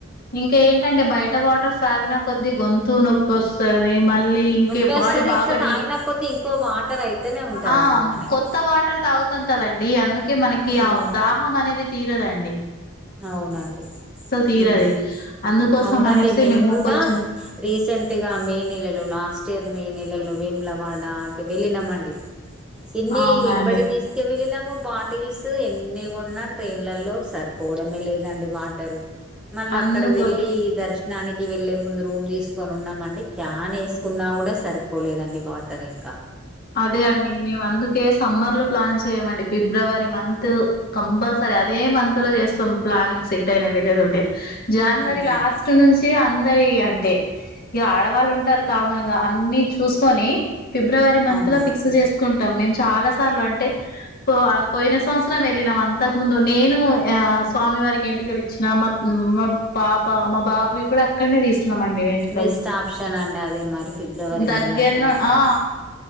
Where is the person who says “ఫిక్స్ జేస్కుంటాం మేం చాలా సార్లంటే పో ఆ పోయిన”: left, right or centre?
Left